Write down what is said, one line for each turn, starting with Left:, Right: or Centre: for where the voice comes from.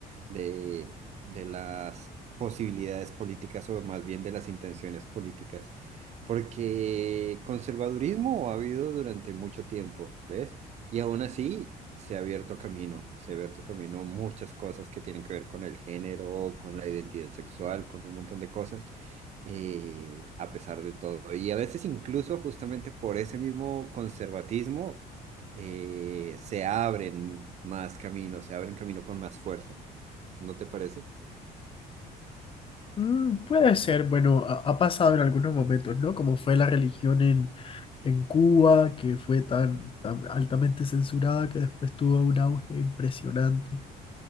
Right: de, de las posibilidades políticas o más bien de las intenciones políticas, porque conservadurismo ha habido durante mucho tiempo, ¿ves? Y aún así, se ha abierto camino, se ha abierto camino muchas cosas que tienen que ver con el género, con la identidad sexual, con un montón de cosas, eh, a pesar de todo. Y a veces incluso justamente por ese mismo conservatismo, eh, se abren más caminos, se abren camino con más fuerza. ¿No te parece?
Left: Mm, puede ser, bueno, ha, ha pasado en algunos momentos, ¿no? Como fue la religión en, en Cuba, que fue tan, tan altamente censurada que después tuvo un auge impresionante.